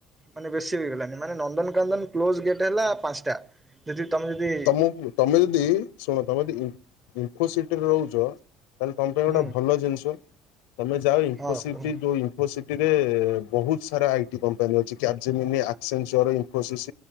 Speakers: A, on the right; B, on the left.
A: ମାନେ ବେଶୀ ବି ହେଇଗଲାନି। ମାନେ ନନ୍ଦନକାନ୍ଦନ କ୍ଲୋଜ ଗେଟ୍ ହେଲା ପାଞ୍ଚଟା। ଯେଦି ତମେ ଯେଦି
B: ତମକୁ ତମେ ଯଦି ଶୁଣ ତମେ ଯଦି ଇମ୍-ଇନଫୋସିିଟିରେ ରହୁଛ ତାହେଲେ ତମ ପାଇଁ ଗୋଟେ
A: ହୁଁ
B: ଭଲ ଜିନିଷ। ତମେ ଯାଅ ଇନଫୋସିଟି
A: ହଁ କୁହ
B: ଯୋଉ ଇନ୍ ଫୋସିଟିରେ ବହୁତ ସାରା ଆଇ ଟି କମ୍ପାନୀ ଅଛି। <unintelligible> ଇନ୍ଫୋସିସ